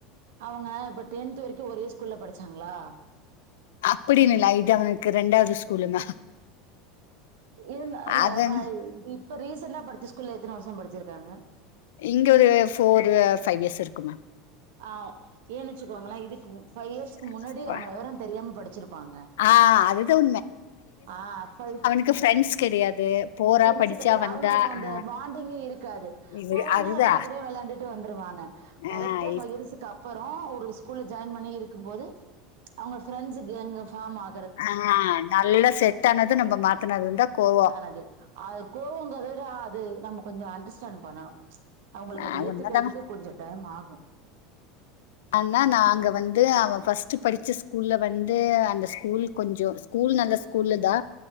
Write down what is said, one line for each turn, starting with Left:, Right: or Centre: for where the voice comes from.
Right: அவங்க இப்ப டென்த் வரைக்கு ஒரே ஸ்கூல்ல படிச்சாங்களா
Left: அப்படின்னுல்ல இது அவனுக்கு ரெண்டாவது ஸ்கூலுங்க
Right: இல்லல்ல
Left: அதன
Right: <inaudible> இப்ப ரீசண்ட்டா படிச்ச ஸ்கூல்ல எத்தன வருஷோ படிச்சிருக்காங்க
Left: இங்க ஒரு ஃபோர்ரு ஃபைவ் இயர்ஸ் இருக்கு மேம்
Right: ஆ ஏன் வெச்சுக்கோங்களே இதுக்கு பைவ் இயர்ஸ்
Left: மேம்.
Right: முன்னாடி அவங்க விவரோ தெரியாம படிச்சிருப்பாங்க
Left: ஆ அதுதான்
Right: ஆ பைவ்
Left: க்கு ஃப்ரெண்ட்ஸ் கெடையாது போறா,
Right: ப்ரெண்ட்ஸ்ஸ
Left: படிச்சா,
Right: கட்டது
Left: வந்தா
Right: அவுங்களுக்கு அந்த
Left: ஆ
Right: பாண்டிங்கே இருக்காது
Left: இது
Right: போவாங்க
Left: அதுதான்.
Right: எல்லாரு கூடயு விளாண்டுட்டு வந்துவாங்க கரெக்ட்டா
Left: ஆ
Right: பைவ்
Left: இப்
Right: இயர்ஸு க ப்பறோ ஒரு ஸ்கூல்ல ஜாயின் பண்ணி இருக்கும் போது அவங்க ஃபிரண்ட்ஸு கேங்குங்க பாம் ஆ
Left: ஆ நல்லா செட் ஆனது நம்ப மாத்தனதுந்தா கோவோ
Right: அது அது கோவங்கத விட அது நம்ம கொஞ்சோ அண்டர்ஸ்டாண்ட் பண்ணணு அவுங்களுக்கு
Left: ஆ
Right: அது ஏத்துக்கறதுக்கு
Left: உண்மதாங்க.
Right: கொஞ்சோ டைம் ஆகு
Left: அன்னா நாங்க வந்து அவ ஃபர்ஸ்ட் படிச்ச ஸ்கூல்ல வந்து அந்த ஸ்கூல் கொஞ்சோ ஸ்கூல் நல்ல ஸ்கூல்லு தா